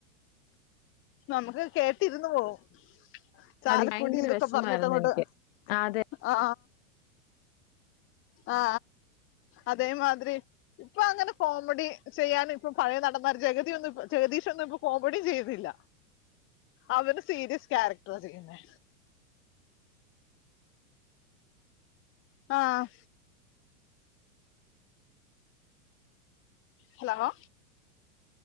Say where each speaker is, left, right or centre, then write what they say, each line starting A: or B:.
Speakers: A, on the left; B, on the left.
A: നമുക്ക് കേട്ടിരുന്ന് പോവും. ചാലക്കുടി
B: പാടി ഭയങ്കര
A: ഇതൊക്കെ
B: വെഷമായിരുന്നു
A: പറഞ്ഞിട്ടങ്ങോട്ട്.
B: എനിക്ക്. ആ അതെ
A: ആ. ആ. അതേമാതിരി ഇപ്പൊ അങ്ങനെ കോമഡി ചെയ്യാന ഇപ്പൊ പഴയ നടന്മാര് ജഗതിയൊന്നും ജഗദീഷ് ഒന്നും ഇപ്പൊ കോമഡിയും ചെയുന്നില്ല. അവര് സീരിയസ് ക്യാരക്ടറ ചെയ്യുന്നേ. ആ. ഹലോ